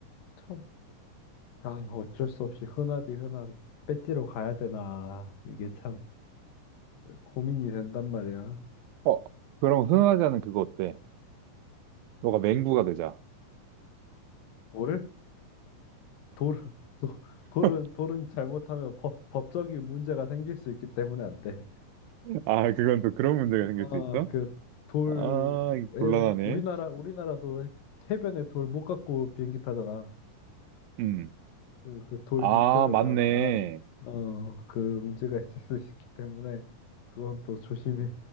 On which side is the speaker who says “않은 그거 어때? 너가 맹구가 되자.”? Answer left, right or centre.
Right